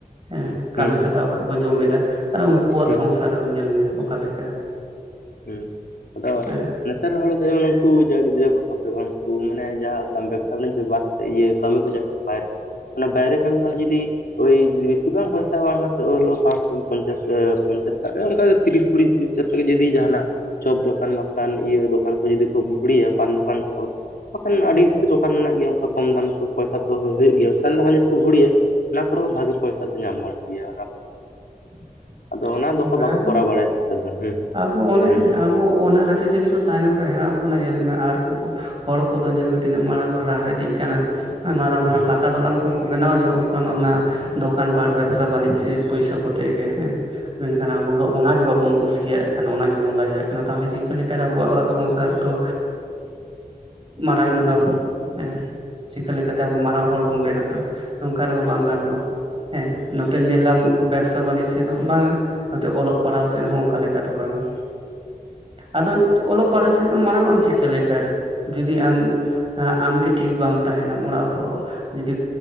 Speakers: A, on the right; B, on the left.
A: ᱦᱮᱸ
B: ᱦᱩᱸ
A: ᱠᱟᱹᱢᱤ ᱠᱷᱟ ᱠᱷᱟᱴᱟᱣ ᱠᱟᱛᱮ ᱠᱚ ᱡᱚᱢ ᱮᱫᱟ, ᱟᱨ ᱩᱱᱠᱩᱣᱟᱜ
B: ᱦᱩᱸ
A: ᱥᱚᱝᱥᱟᱨ ᱧᱮᱞ ᱢᱮ ᱚᱠᱟ ᱞᱮᱠᱟ᱾
B: ᱦᱮᱸ ᱟᱫᱚ
A: ᱦᱮᱸ
B: ᱱᱮᱛᱟᱨ ᱦᱚᱲ ᱫᱚ ᱡᱮᱢᱚᱱ ᱩᱱᱠᱩ ᱡᱟ ᱜᱤᱫᱽᱨᱟᱹ ᱠᱚᱠᱚ ᱦᱩᱭᱩᱜᱼᱟ, ᱩᱱᱠᱩ ᱢᱟᱱᱮ ᱡᱟᱦᱟᱸ ᱵᱮᱵᱽᱥᱟ ᱵᱟᱱᱤᱡ ᱡᱚ ᱵᱟᱫ ᱛᱮ ᱤᱭᱟᱹ ᱠᱟᱹᱢᱤ ᱠᱚ ᱪᱟ ᱵᱟᱭ ᱚᱱᱟ ᱵᱟᱭᱨᱮ ᱠᱟᱹᱢᱤ ᱠᱷᱚᱱᱟᱜ ᱡᱩᱫᱤ ᱳᱭ ᱡᱫᱤ ᱵᱮᱥᱤ ᱵᱟᱝ ᱯᱚᱭᱥᱟ ᱵᱟᱝᱟ ᱦᱳᱛᱳᱜ ᱦᱤᱞᱳᱜ ᱯᱟᱪᱥ ᱯᱚᱧᱪᱟᱥ ᱠ ᱨᱮ ᱚᱱᱠᱟ ᱛᱤᱨᱤᱥ ᱠᱩᱲᱤ <unintelligible> ᱛᱮ ᱡᱩᱫᱤ ᱡᱟᱦᱟᱱ ᱱᱟᱜ ᱪᱚᱯ ᱫᱚᱠᱟᱱ ᱵᱟᱠᱷᱟᱱ, ᱤᱭᱟᱹ ᱫᱚᱠᱟᱱ ᱠᱚ ᱡᱩᱫᱤ ᱠᱚ ᱵᱷᱩᱲᱤᱭᱟ, ᱯᱟᱱ ᱫᱚᱠᱟᱱ ᱠᱚ᱾ ᱵᱟᱠᱷᱟᱱ ᱟᱹᱰᱤ ᱥᱤ ᱫᱚᱠᱟᱱ ᱢᱮᱱᱟᱜ ᱜᱮᱭᱟ ᱚᱱᱠᱟ ᱠᱚᱢ ᱫᱟᱢ, ᱯᱚᱭᱥᱟ ᱛᱚ ᱦᱩᱭᱩᱜ ᱜᱮᱭᱟ ᱚᱱᱠᱟᱱ ᱫᱚᱠᱟᱱ ᱡᱤᱱᱤᱥ ᱠᱚ ᱵᱷᱩᱲᱤᱭᱟ ᱚᱱᱟ ᱠᱚᱨᱮ ᱦᱚ ᱵᱷᱟᱜᱮ ᱯᱚᱭᱥᱟ ᱫᱚ ᱧᱟᱢ ᱵᱟᱲᱟᱜ ᱜᱮᱭᱟ᱾
A: <unintelligible>
B: ᱟᱫᱚ ᱚᱱᱟ ᱫᱚᱠᱚ
A: ᱦᱳᱭ
B: ᱵᱟᱠᱚ
A: ᱟᱫᱚ
B: ᱠᱚᱨᱟᱣ ᱵᱟᱲᱟᱭ ᱱᱮᱛᱟᱨ ᱫᱚ
A: ᱟᱵᱚ ᱚᱱᱮ
B: ᱦᱩᱸ
A: ᱟᱵᱚ ᱚᱱᱟ ᱠᱷᱟᱹᱛᱤᱨ ᱛᱮᱜᱮ ᱛᱚ ᱛᱟᱭᱱᱚᱢ ᱨᱮ ᱦᱮᱱᱟᱜ ᱵᱚᱱᱟ ᱧᱮᱞᱢᱮ ᱟᱨᱠᱚ ᱠᱚ ᱠᱚ ᱦᱚᱲ, ᱠᱫᱚ ᱧᱮᱞ ᱢᱮ ᱛᱤᱱᱟᱹᱜ ᱢᱟᱲᱟᱝ ᱠᱚ ᱞᱟᱦᱟ ᱤᱫᱤᱜ ᱠᱟᱱᱟ ᱢᱟᱨᱟᱝ ᱢᱟᱨᱟᱝ
B: ᱦᱮᱸ ᱦᱮᱸ ᱦᱮᱸ
A: ᱯᱟᱠᱟ ᱫᱚᱞᱟᱱ ᱠᱚᱠᱚ ᱵᱮᱱᱟᱣᱟ ᱡᱷᱚᱠ, ᱠᱷᱚᱱ ᱚᱱᱟ ᱫᱚᱠᱟᱱ ᱯᱟᱴ ᱵᱮᱵᱥᱟ ᱵᱟᱱᱤᱡᱽᱡ ᱯᱚᱭᱥᱟ ᱠᱚᱛᱮᱜ ᱜᱮ ᱦᱮᱸ, ᱢᱮᱱᱠᱷᱟᱱ ᱟᱵᱚ ᱫᱚ ᱚᱱᱟᱜᱮ ᱵᱟᱵᱚᱱ ᱠᱩᱥᱤᱭᱟᱜ ᱠᱟᱱᱟ ᱚᱱᱟ ᱜᱮᱵᱚᱱ ᱞᱟᱡᱟᱜ ᱠᱟᱱᱟ ᱛᱟᱦᱚᱞᱮ ᱪᱮ, ᱪᱮᱜ ᱞᱮᱠᱟ ᱨᱮ ᱟᱵᱚᱣᱟᱜ ᱚᱲᱟᱜ ᱥᱚᱝᱥᱟᱨ ᱫᱚ ᱢᱟᱨᱟᱝ ᱧᱚᱜ ᱧᱚᱜ ᱟᱵᱚᱱ ᱦᱮᱸ᱾ ᱪᱤᱠᱟᱹ ᱞᱮᱠᱟᱛᱮ ᱟᱵᱚ ᱢᱟᱨᱟᱝ ᱦᱚᱲ ᱵᱚᱱ ᱵᱮᱱᱟᱜᱼᱟ᱾ ᱱᱚᱝᱠᱟ ᱨᱮ ᱫᱚ ᱵᱟᱝ ᱜᱟᱱᱚᱜᱼᱟ ᱦᱮᱸ ᱱᱚᱛᱮᱧ ᱧᱮᱞᱟᱢ ᱵᱮᱵᱥᱟ ᱵᱟᱹᱱᱤᱡᱽ ᱥᱮᱫ ᱦᱚᱸ ᱵᱟᱝᱟ-ᱟ᱾ ᱱᱚᱛᱮ ᱚᱞᱚᱜ ᱯᱟᱲᱦᱟᱣ ᱥᱮᱫ ᱦᱚᱸᱚᱱᱠᱟ ᱞᱮᱠᱟ ᱫᱚ ᱵᱟᱝᱟ-ᱟ ᱟᱫᱚ ᱦᱩᱸ ᱟᱫᱚ ᱚᱞᱚᱜ ᱯᱟᱲᱦᱟᱜ ᱥᱮᱫ ᱢᱟᱲᱟᱝᱚᱜᱼᱟ ᱪᱤᱠᱟ ᱞᱮᱠᱟ ᱨᱮ ᱡᱩᱫᱤ ᱟᱢ᱾ ᱦᱮᱸ ᱟᱢᱜᱮ ᱴᱷᱤᱠ ᱵᱟᱢ ᱛᱟᱦᱮᱸᱱᱟᱢ ᱚᱲᱟᱜ ᱦᱚᱲ᱾ ᱡᱩᱫᱤ